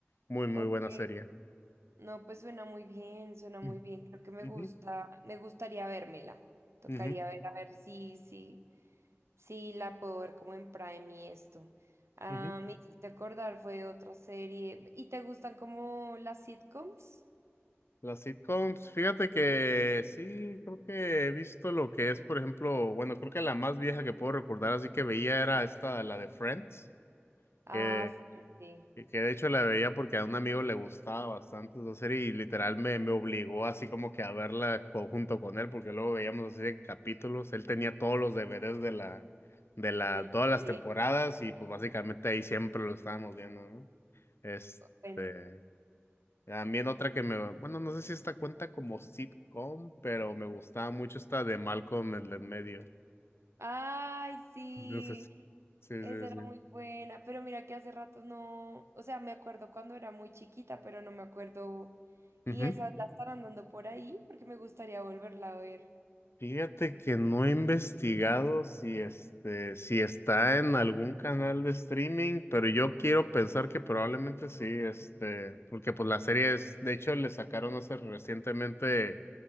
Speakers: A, on the left; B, on the right.
A: muy, muy
B: Ok.
A: buena serie.
B: No, pues suena muy bien, suena muy
A: Mm.
B: bien. Creo que me
A: Ujú,
B: gusta, me gustaría vérmela. Tocaría
A: ujú,
B: ver a ver si, si, si la puedo ver como en Prime y esto. Ah,
A: ujú.
B: me hiciste acordar, fue otra serie. ¿Y te gustan como las sitcoms?
A: Las sitcoms, fíjate que sí, creo que he visto lo que es, por ejemplo, bueno, creo que la más vieja que puedo recordar, así que veía era esta, la de Friends,
B: Ah,
A: que,
B: fuerte,
A: que que de hecho la veía porque a un amigo le gustaba bastante esa serie y literal me, me obligó así como que a verla co- junto con él, porque luego veíamos así de capítulos, él tenía todos los deberes de la, de la,
B: de la
A: todas las
B: serie.
A: temporadas y pues básicamente ahí siempre lo estábamos viendo, ¿no? Este...
B: Bueno.
A: También otra que me, bueno, no sé si esta cuenta como sitcom, pero me gustaba mucho esta de Malcolm el de en medio.
B: Ay, sí,
A: Entonces, sí,
B: esa
A: sí, sí.
B: era muy buena, pero mira que hace rato no, o sea, me acuerdo cuando era muy chiquita, pero no me acuerdo. Y
A: Ujú.
B: esas la estarán dando por ahí porque me gustaría volverla a ver.
A: Fíjate que no he investigado si este, si está en algún canal de streaming, pero yo quiero pensar que probablemente sí, este, porque pues la serie es, de hecho, le sacaron hace recientemente